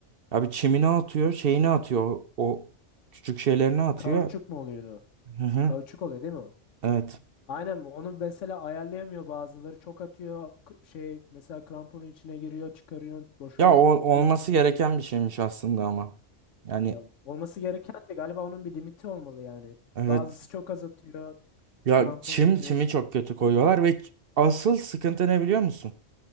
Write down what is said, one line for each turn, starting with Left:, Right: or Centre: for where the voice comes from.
Right: Abi çimini atıyor, şeyini atıyor, o küçük şeylerini atıyor.
Left: kauçuk mu oluyordu o?
Right: Hı hı.
Left: Kauçuk oluyor değil mi o?
Right: Evet.
Left: Aynen onu mesela ayarlayamıyor bazıları. Çok atıyor k- şey mesela kramponun içine giriyor çıkarıyorsun boşaltıyorsun.
Right: Ya o olması gereken bir şeymiş aslında ama. Yani
Left: Ya olması gereken de galiba onun bir limiti olmalı yani.
Right: evet.
Left: Bazısı çok az atıyor.
Right: Ya
Left: Krampon
Right: çim
Left: tutmuyor.
Right: çimi çok kötü koyuyorlar ve ç- asıl sıkıntı ne biliyor musun?